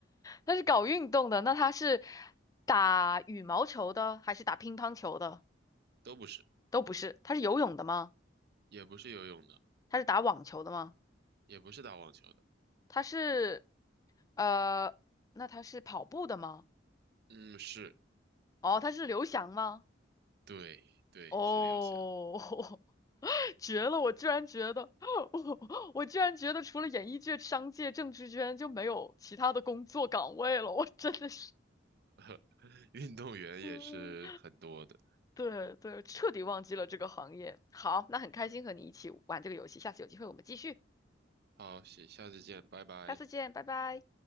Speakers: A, on the left; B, on the right.
A: 他是搞运动的，那他是打羽毛球的还是打乒乓球的？
B: 都不是，
A: 都不是，他是游泳的吗？
B: 也不是游泳的，
A: 他是打网球的吗？
B: 也不是打网球的，
A: 他是，呃，那他是跑步的吗？
B: 嗯，是，
A: 哦，他是刘翔吗？
B: 对对，
A: 哦，
B: 是刘翔，
A: <laughs> 绝了！我居然觉得，<laughs> 我我居然觉得除了演艺界、商界、政治圈就没有其他的工作岗位了，我真的是，
B: <laughs> 运动员也是很多的。
A: <laughs> 嗯，对对，彻底忘记了这个行业。好，那很开心和你一起玩这个游戏，下次有机会我们继续，
B: 好，下下次见，拜拜。
A: 下次见，拜拜。